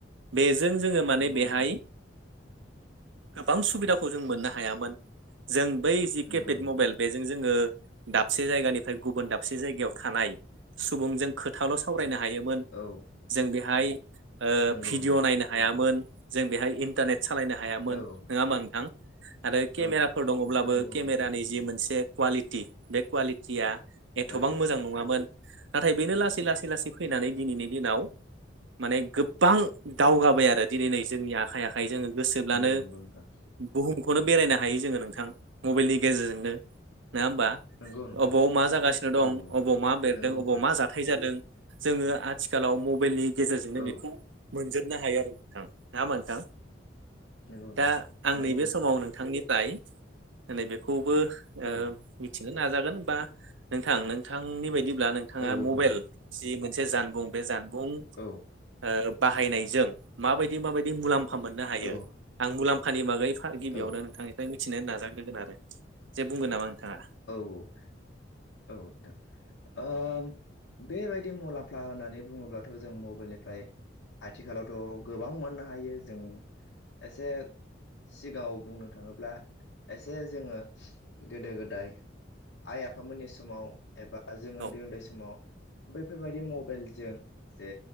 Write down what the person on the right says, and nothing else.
बेजों जोङो माने
बेहाय
गोबां सुबिदाखौ। खौ जों मोननो हाया मोन जों बै जि केपेड
मबाइल बेजों जोङो। दाबसे जायगानिफ्राय गुबुन दाबसे जायगायाव थानाय सुबुंजों खोथाल' सावरायनो ह। हायोमोन
जों बेहाय ओ
भिडिअ'
नायनो हायामोन। जों बेहाय इन्टारनेट सालायनो हायामोन
नङा होमा नोंथां। आरो केमेराफोर
दङब्लाबो
केमेरानि
जि मोनसे क्वालिटि बे क्वालिटिया। एथ'बां
मोजां नङामोन नाथाय बेनो लासै- लासै -लासै फैनानै दिनैनि दिनाव। माने गोबां दावगाबाय आरो दिनै नै जोंनि आखाइ - आखाइ जोङो। गोसोब्लानो
बुहुमखौनो बेरायनो हायो जोङो नोंथां मबाइलनि गेजेरजोंनो। नङा होमबा
अबेाव मा जागासिनो दं
अबाव मा बेरदों
अबाव
मा जाथाय जादों। जोङो आथिखालाव मबाइलनि गेजेरजोंनो
बेखौ मोनजोब। नो हायो आरो नोंथां नङा होमबा नोंथां।
दा
आं
नैबे
समाव नोंथांनिफ्राय नैबेखौबो ओ
मिथि। नाजागोन बा नोंथां नोंथांनि बायदिब्ला नोंथाङा
मबाइल
जि मोनसे। मोनसे जानबुं बे जानबुं
ओ बाहायनायजों माबायदि माबायदि मुलाम। फा मोननो हायो
आं मुलाम्फानि बागै गिबियावनो
नोंथांनिफ्राय। मिथिनो नाजाग्रोगोन आरो जे बुंगोन नामा। नोंथाङा
औ